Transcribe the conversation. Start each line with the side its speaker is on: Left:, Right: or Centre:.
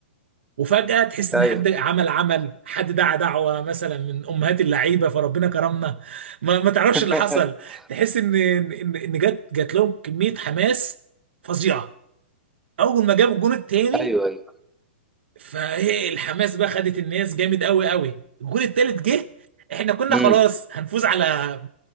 Right: وفجأة تحس ان
Centre: ايوه
Right: حد عمل عمل حد دعا دعوة مثلا من امهات اللعيبة فربنا كرمنا ما, ما تعرفش
Centre: <laughs>
Right: اللي حصل تحس ان ان ان إن جت جت لهم كمية حماس فظيعة اول ما جاب الجون التاني
Centre: ايوه ايوه
Right: فايه الحماس بقى خدت الناس جامد قوي قوي الجون التالت جه احنا كنا
Centre: امم
Right: خلاص هنفوز على